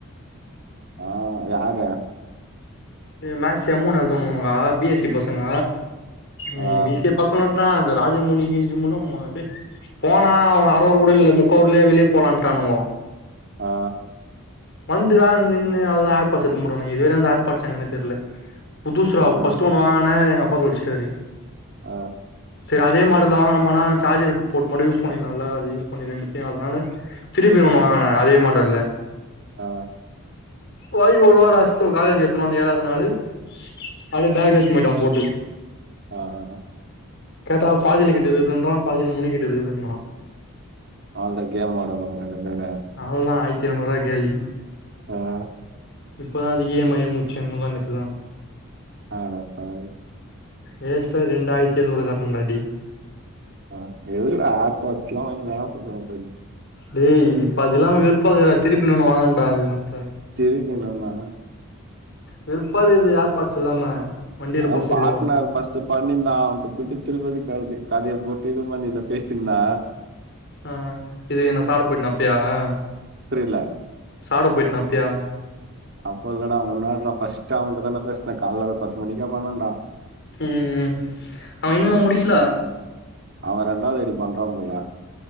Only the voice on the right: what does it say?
ஆ யாரு
ஆ
ஆ
ம்
ஆ
ஆ
ஆ ஆ
அவ்ளோதா கேம் ஆடணும் ரெண்டு பேரும்
ஆ
அடப் பாவி
ஆ எதுகூடா ஆர் பாட்சுலா வாங்கி என்னடா பண்ண போற
திருப்பி இன்னோன்னா
அதா
பாட்னாரு
ஃபஸ்ட்டு பண்ணிந்தா அவன்ட போயிட்டு திருப்பதி கது கதய போட்டு இது பண்ணி பேசினிந்தா
புரில
அப்போ இல்லடா முன்னாடிடா ஃபஸ்ட்டா அவன்ட்டதான்டா பேசுனே கால்ல பத்து மணிக்கு அப்றோதான்டா
அவ ரெண்டாவ்து அப்டி பண்றா போல